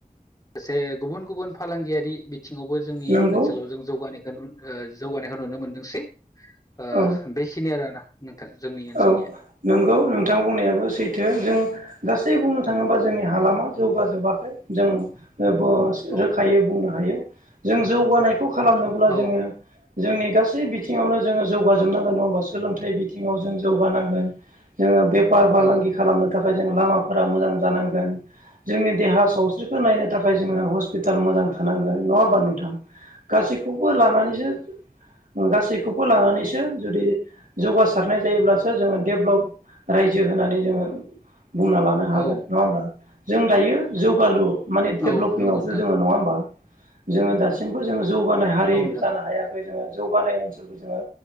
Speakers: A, on the left; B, on the right.
A: गोसे गुबुन गुबुन फालांगियारि बिथिङावबो जोंनि
B: नंगौ
A: ओनसोलाव जों जौगानायखो नु ओ जौगानायखौ नुनो मोनदोंसै ओ
B: औ
A: बेखिनियानो आरोना नोंथां जोंनि ओनसोलनिया
B: औ नंगौ नोंथां बुंनायाबो सैथो जों गासै बुंनो थाङोबा जोंनि हालामा जौगाजोबाखै जों <unintelligible>
A: औ
B: रोखायै बुंनो हायो जों जौगानायखौ खालामनोब्ला
A: औ
B: जोङो जोंनि गासै बिथिङावनो जोङो जौगाजोबनांगोन नङा होमबा सोलोंथाइ बिथिङाव जों जौगानांगोन जोङो बेफार फालांगि
A: औ
B: खालामनो थाखाय थाखाय जों लामाफोरा मोजां जानांगोन जोंनि देहा सावस्रिखौ नायनो थाखाय जोङो हस्पिटाल मोजां थानांगोन नङा होमबा नोंथां गासैखौबो लानानैसो गासैखौबो लानानैसो जुदि जौगासार रनाय जायोब्लासो जोङो डेभ्लप रायजो होननानै जोङो बुंना लानो हागोन
A: औ
B: नङा होमब्ला जों दायो जौगालु माने डेभलपिंआवसो
A: औ नंगौ नोंथां
B: दोङो नङा होमबा जोङो दा दासिमबो जोङो जौगानाय हारिबो
A: औ नोंथां
B: जानो हायाखै जोङो जौगानाय ओनसोलबो जोङो